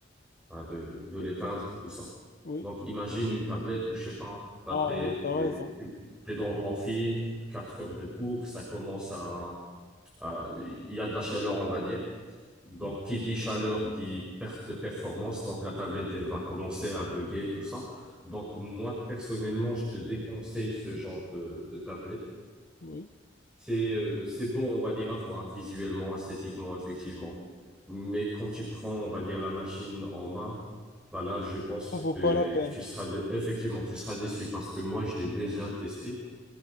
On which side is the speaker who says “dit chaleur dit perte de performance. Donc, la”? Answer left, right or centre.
Centre